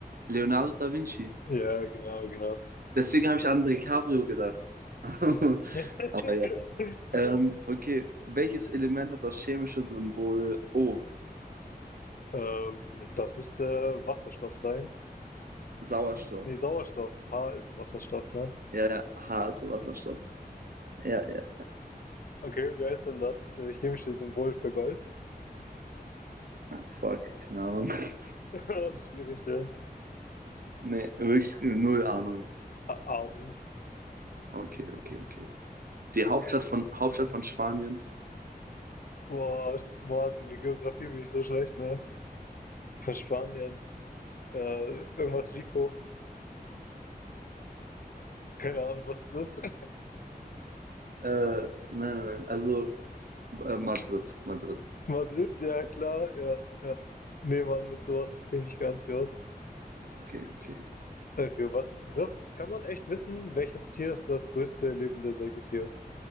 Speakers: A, on the right (about 65°); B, on the left (about 60°).
A: Leonardo da Vinci.
B: Ja, genau, genau.
A: Deswegen habe ich an DiCaprio gedacht. <laughs>
B: <laughs>
A: Aber ja. Ähm, okay. Welches Element hat das chemische Symbol O?
B: Ähm, das müsste Wasserstoff sein.
A: Sauerstoff.
B: Nee, Sauerstoff. H ist Wasserstoff, ne?
A: Ja, ja. H ist Wasserstoff. Ja, ja.
B: Okay, wie heißt denn das? Äh, chemische Symbol für Gold?
A: Ah, fuck. Keine Ahnung. <laughs>
B: <laughs> Das ist Schwierig, ja.
A: Nee, wirklich null Ahnung.
B: A- AU.
A: Okay, okay, okay. Die Hauptstadt von, Hauptstadt von Spanien?
B: Boah, Mann, die Geografie bin ich so schlecht, ne? Von Spanien. Äh, irgendwas Rico. Keine Ahnung, was ist das
A: Äh, nein, nein, nein. Also. Äh, Madrid, Madrid.
B: Madrid, ja klar, ja, ja. Nee, Mann, mit sowas kriege ich gar nicht aus.
A: Okay, okay.
B: Okay, was, das kann man echt wissen, welches Tier ist das größte lebende Säugetier?